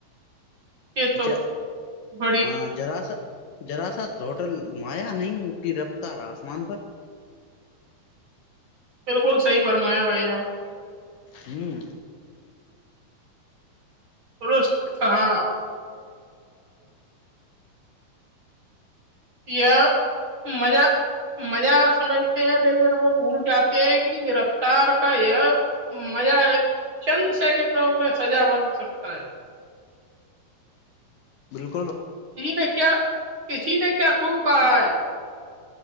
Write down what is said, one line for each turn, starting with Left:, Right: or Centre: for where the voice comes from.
Right: یہ تو
Left: ج
Right: بڑی
Left: ہاں جرا سا <unintelligible> جذرا سا ہوٹل گھمایا نہیں کہ رفتارارا آسمان پر
Right: بالکل صحی فرمایا بھائی یار <unintelligible>
Left: ہوں
Right: پرست نے کہاں <unintelligible> یہ مزہ مزہ سمجھتے ہیں لیکن وہ بھول جاتے ہیں کہ یہ رفتار کا یہ مزہ چند سیکنڈوں میں سجا بن سکتا ہے <unintelligible>
Left: گروپ <unintelligible>
Right: ن کیا <unintelligible> کسی نے کیا خب کہا ہے <unintelligible>